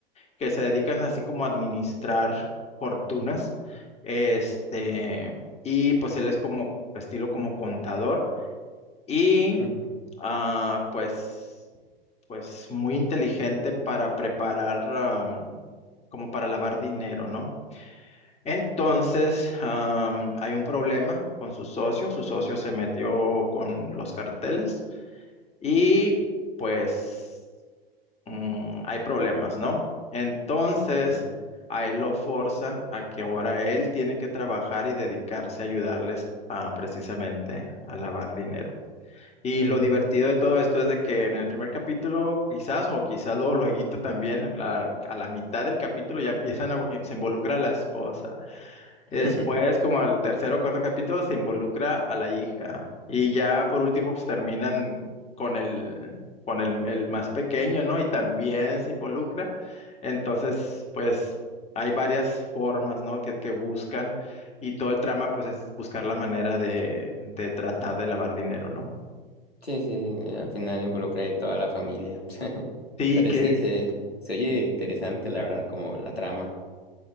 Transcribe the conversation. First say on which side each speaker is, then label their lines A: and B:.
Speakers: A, on the left; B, on the left.
A: que se dedican así como a administrar fortunas, este, y pues él es como estilo como contador y
B: Ujú,
A: ah, pues pues muy inteligente para preparar am, como para lavar dinero, ¿no? Entonces, am, hay un problema con su socio. Su socio se metió con los carteles y pues mm, hay problemas, ¿no? Entonces,
B: sí.
A: a él lo forzan a que ahora él tiene que trabajar y dedicarse a ayudarles a precisamente a lavar dinero. Y
B: Ujú.
A: lo divertido de todo esto es de que en el primer capítulo, quizás, o quizás luego, lueguito también, a, a la mitad del capítulo ya empiezan a, eh, se involucra la esposa.
B: <laughs>
A: Y después, como al tercer o cuarto capítulo, se involucra a la hija. Y ya por último, pues terminan con el, con el, el más pequeño, ¿no? Y también se involucra. Entonces, pues hay varias formas, ¿no? Que, que buscan. Y todo el trama, pues, es buscar la manera de, de tratar de lavar dinero, ¿no?
B: Sí, sí, al final involucra ahí toda la familia. <laughs>
A: Sí,
B: Pero
A: que
B: sí, se, se oye interesante, la verdad, como la trama.